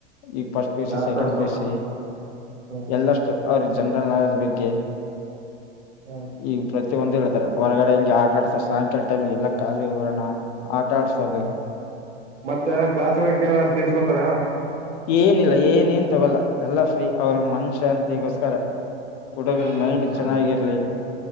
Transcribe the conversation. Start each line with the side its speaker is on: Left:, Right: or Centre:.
Left: ಈಗ ಫಸ್ಟ್ ಪಿ ಸಿ
Right: ಎರಡು
Left: ಸೆಕೆಂಡ್
Right: ತಾಸು
Left: ಪಿ
Right: ಹೋತಾರ
Left: ಸಿ
Right: ಹ್ಮ್
Left: ಎಲ್ಲಷ್ಟು ಅವ್ರ ಜನರಲ್ ನಾಲೆಜ್ ಬಗ್ಗೆ
Right: ಹ್ಮ್
Left: <inaudible> ಈಗ ಒಂದಿ ಹೇಳಿದಾರ ಹೊರಗಡೆ ಹಿಂಗೆ ಆಟ ಆಡ್ಸ ಸಾಯಂಕಾಲ ಟೈಮಗೆ ಎಲ್ಲ ಕಾಲಿ ಬರೋಣ ಆಟ ಆಡ್ಸದು
Right: ಮತ್ತೆ ಕ್ಲಾಸ್ಗೆ ಹೋಗೋಕ್ಕೆ ಏನಾದ್ರ ಪೀಸ್ಕೋತಾರ
Left: ಏನಿಲ್ಲ ಏನ ಏನ್ ತೊಗೊಲ್ಲ ಎಲ್ಲಾ ಫ್ರೀ ಅವ್ರ ಮನ್ ಶಾಂತಿಗೋಸ್ಕರ ಹುಡುಗ
Right: ಹ್ಮ್
Left: ಮೈಂಡ್
Right: ಹ್ಮ್ ಹ್ಮ್
Left: ಚೆನ್ನಾಗಿರ್ಲಿ